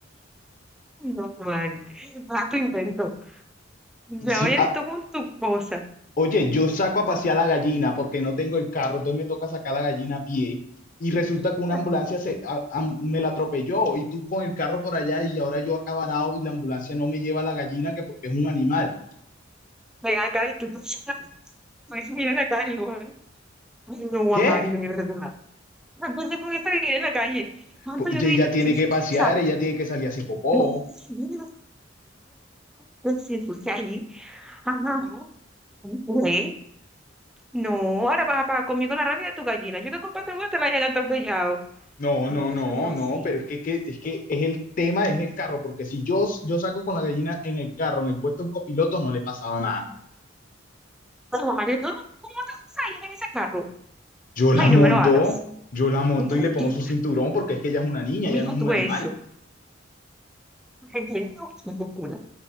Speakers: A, in the centre; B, on the left (about 45°).
A: No, Juan, a <laughs> tu invento. Ya
B: Sí,
A: vienes
B: ah,
A: tú con tu cosa.
B: Oye, yo saco a pasear la gallina porque no tengo el carro, entonces me toca sacar la gallina a pie y resulta
A: <laughs>
B: que una ambulancia se, a- a- me la atropelló y tú con el carro por allá y ahora yo acá varado y la ambulancia no me lleva a la gallina que porque es un animal.
A: Ven acá y tú, <laughs> pues, mira la calle, Juan. Ay, no,
B: ¿Qué?
A: a Mario, de verdad. Entonces, con esa vida en la calle, ¿cuánto
B: Pues,
A: yo
B: Ella
A: te he dicho? <laughs>
B: tiene que pasear, ella tiene que salir a hacer popó.
A: Yo pues, si ensucia ahí. Ajá. No, ¿Eh? No, ahora vas a pagar conmigo la rabia de tu gallina. Yo que culpa tengo que te la hayan atropellado.
B: No,
A: No,
B: no, no,
A: eso no es
B: no,
A: así.
B: pero es que, que- es que es el tema, es el carro, porque si yo, yo saco con la gallina en el carro, en el puesto en copiloto, no le pasaba nada.
A: Pero, Mario, ¿tú cómo te vas a ir en ese carro?
B: Yo la
A: Ay,
B: monto,
A: no me lo hagas.
B: yo la monto
A: No,
B: y le pongo
A: yo-
B: su cinturón porque es que ella es una niña,
A: mira
B: ella no es
A: tú
B: un animal.
A: eso. Ay, no, qué locura.